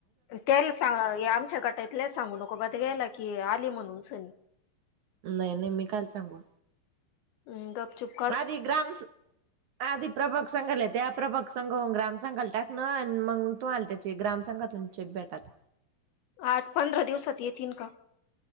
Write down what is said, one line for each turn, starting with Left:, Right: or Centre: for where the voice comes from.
Left: त्याले सां आमच्या गटातल्या सांगू नको बटग्यायला की आली म्हणून सनी.
Right: नाही. नाही. मी कायला सांगू?
Left: अम. गपचुप-
Right: आधी ग्रामस- आधी प्रभाग संघाला आहे. त्या प्रभाग संघाऊन ग्राम संघाला टाक ना आणि मंग तुम्हाला त्याची ग्रामसंघातून- चेक भेटात.
Left: आठ पंधरा दिवसांत येतिल का?